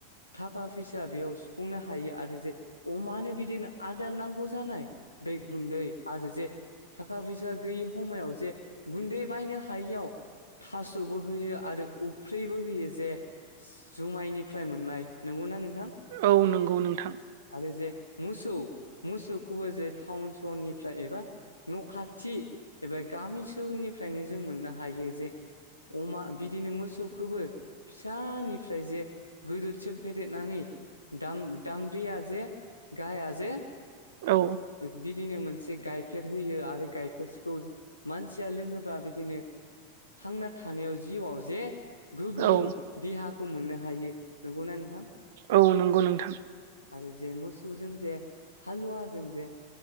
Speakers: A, on the left; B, on the right.
A: थाखा फैसा बेयाव सुफुंनो हायो आरो जे अमानो बिदिनो आदार नांगौ जानाय दै गुन्दै आरो जे थाखा फैसा गैयि समाव जे गुन्दै बायनो हायियाव थास'बो होयो आरो उफ्रिबो होयो जे जुमाइनिफ्राय मोननाय नंगौना नोंथां
B: औ नंगौ नोंथां
A: आरो जे मोसौ मोसौखौबो जे टाउन सहरनि एबा न' खाथि एबा गामि सोहोरनिफ्रायनो जों मोननो हायो जे अमा बिदिनो मोसौखौबो फिसानिफ्राय जे गोदोदसिम फेदेरनानै दाम-दाम्ब्रिया जे गाया जे
B: औ
A: बिदिनो मोनसे गाइखेर होयो आरो गायखेरखौ मानसिया लोङोबा बिदिनो थांना थानायाव जिउआव जे गोगोम
B: औ
A: देहाखौ मोननो हायो नंगौना नोंथां।
B: औ नंगौ नोंथां
A: आरो जे मोसौजों जे हालुवाजों जे